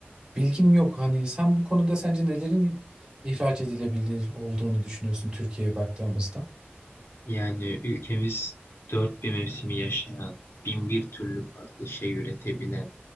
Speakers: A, on the right (about 20°); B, on the left (about 75°).
A: bilgim yok. Hani sen bu konuda sence nelerin ihraç edilebilir olduğunu düşünüyorsun Türkiye'ye baktığımızda?
B: Yani ülkemiz dört bir mevsimi yaşayan, bin bir türlü farklı şey üretebilen